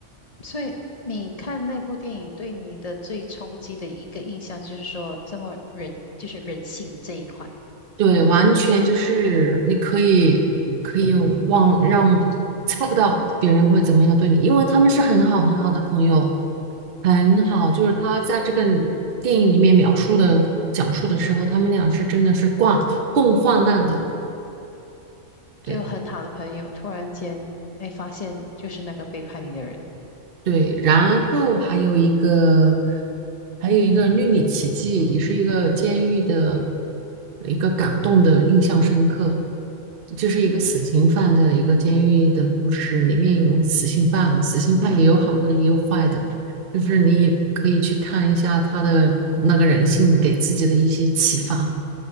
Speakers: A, on the left; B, on the right.
A: 所以你看那部电影对你的最冲击的一个印象，就是说这么人，就是人性这一块，
B: 对，完全就是你可以可以忘让猜不到别人会怎么样对你，因为他们是很好很好的朋友，很好。就是他在这个电影里面描述的讲述的时候，他们俩是真的是共共患难的。对。
A: 就很好的朋友突然间，哎，发现就是那个背叛你的人。
B: 对，然后还有一个，还有一个《绿里奇迹》，也是一个监狱的一个感动的印象深刻，就是一个死刑犯的一个监狱的故事，
A: 嗯哼，
B: 里面有死刑犯，死刑犯也有好的也有坏的，
A: 嗯哼，
B: 就是你也可以去看一下他的那个人性给自己的一些启发。